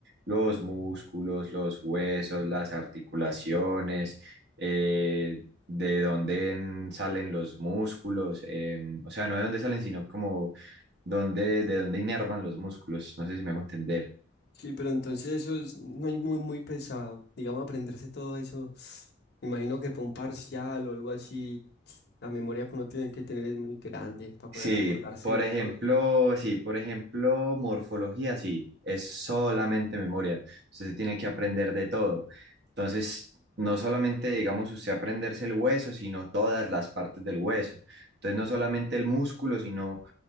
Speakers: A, on the right; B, on the left.
A: los músculos, los huesos, las articulaciones, eh, de dónde en- salen los músculos, eh, o sea, no de dónde salen, sino como dónde, de dónde inervan los músculos. No sé si me hago entender.
B: Sí, pero entonces eso es- no hay muy, muy pesado. Digamos, aprenderse todo eso. Me imagino que para un parcial o algo así, la memoria que uno tiene que tener es muy grande para poder
A: Sí,
B: acordarse
A: por
B: de
A: ejemplo,
B: todo.
A: sí, por ejemplo, morfología, sí, es solamente memoria. Usted se tiene que aprender de todo. Entonces, no solamente, digamos, usted aprenderse el hueso, sino todas las partes del hueso. Entonces, no solamente el músculo, sino